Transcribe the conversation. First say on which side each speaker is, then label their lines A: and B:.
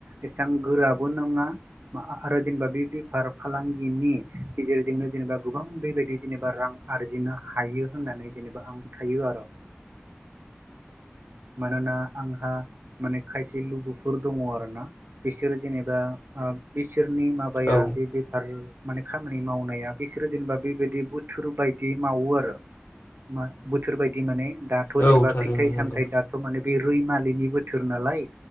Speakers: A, on the right (about 60°); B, on the left (about 80°).
A: एसेबां गोराबो नङा माहा आरो जेनेबा बि बि बेफार फालांगिनि गेजेरजोंनो जेनेबा गोबां बेबायदि जेनेबा रां आरजिनो हायो। होननानै जेनेबा आं फोथायो आरो मानोना आंहा माने खायसे लोगोफोर दङ आरो ना बिसोर जेनेबा बिसोरनि माबाया
B: औ
A: बे बेफार माने खामानि मावनाया बिसोरो जेनेबा बेबायदि बोथोर बायदियै मावो आरो मा बोथोर बायदि माने दाथ'
B: औ
A: जेनेबा
B: थारैनो
A: फिथाइ सामथाइ
B: नंगौ
A: दा थ' माने बे रैमालिनि बोथोर नालाय